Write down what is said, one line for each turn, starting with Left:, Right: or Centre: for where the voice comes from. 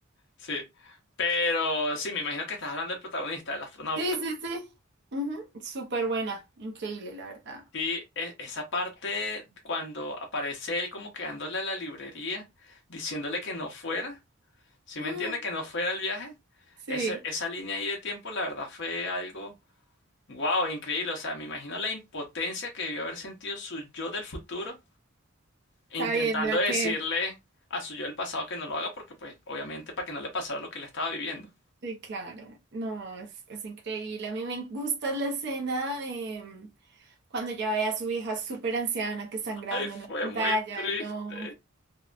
Left: sí. Pero sí, me imagino que estás hablando del protagonista, del astronauta.
Right: Sí, sí, sí. Ujú, Súper buena, increíble, la verdad.
Left: Sí, e- esa parte cuando aparece él como quedándole a la librería, diciéndole que no fuera, ¿sí
Right: Mm,
Left: me entiende? Que no fuera el viaje.
Right: sí,
Left: Ese- esa línea ahí de tiempo, la verdad, fue algo, wow, increíble. O sea, me imagino la impotencia que debió haber sentido su yo del futuro intentando
Right: sabiendo
Left: decirle
Right: que...
Left: a su yo del pasado que no lo haga porque, pues, obviamente para que no le pasara lo que le estaba viviendo.
Right: Sí, claro. No, es, es increíble. A mí me gusta la escena de mm, cuando ya ve a su hija súper anciana que están grabando
Left: Ay, fue
Right: en la pantalla.
Left: muy triste.
Right: No,